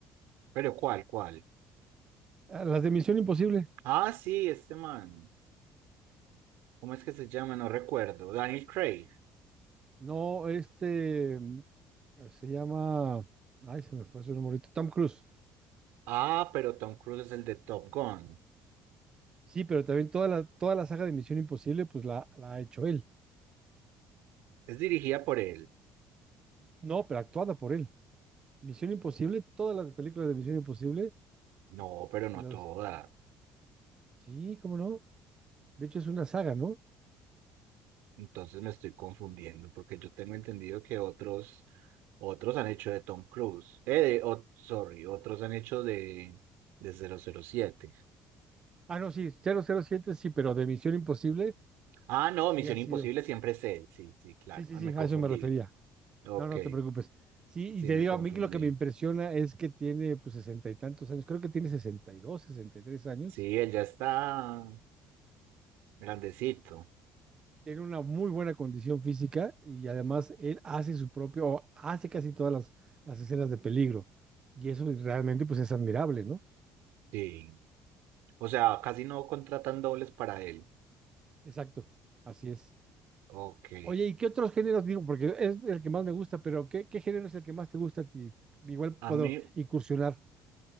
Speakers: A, on the right (about 80°); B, on the right (about 25°).
A: pero ¿cuál, cuál?
B: Ah, Las de Misión Imposible.
A: Ah, sí, este man. ¿Cómo es que se llama? No recuerdo. Daniel Craig.
B: No, este mm, se llama. Ay, se me fue su nombre ahorita. Tom Cruise.
A: Ah, pero Tom Cruise es el de Top Gun.
B: Sí, pero también toda la, toda la saga de Misión Imposible, pues la, la ha hecho él.
A: Es dirigida por él.
B: No, pero actuada por él. Misión Imposible, todas las películas de Misión Imposible,
A: No, pero no
B: los...
A: todas.
B: sí, cómo no. De hecho, es una saga, ¿no?
A: Entonces me estoy confundiendo porque yo tengo entendido que otros, otros han hecho de Tom Cruise. Eh, de- o- sorry, otros han hecho de, de cero cero siete.
B: Ah, no, sí, cero cero siete sí, pero de Misión Imposible,
A: Ah, no,
B: sí
A: Misión
B: ha sido.
A: Imposible siempre es él. Sí, sí, claro.
B: Sí, sí,
A: Ah,
B: sí,
A: Me confundí.
B: a eso me refería.
A: Ok,
B: No, no te preocupes. Sí,
A: sí,
B: y te
A: me
B: digo,
A: confundí.
B: a mí que lo que me impresiona es que tiene pues sesenta y tantos años, creo que tiene sesenta sesenta y dos, sesenta y tres años,
A: Sí, él ya está grandecito.
B: tiene una muy buena condición física y además él hace su propio, o hace casi todas las, las escenas de peligro. Y eso realmente pues es admirable, ¿no?
A: Sí. O sea, casi no contratan dobles para él.
B: Exacto, así es.
A: Ok.
B: Oye, ¿y qué otros géneros digo? Porque es el que más me gusta, pero ¿qué, qué género es el que más te gusta a ti? Igual
A: A
B: puedo
A: mí,
B: incursionar.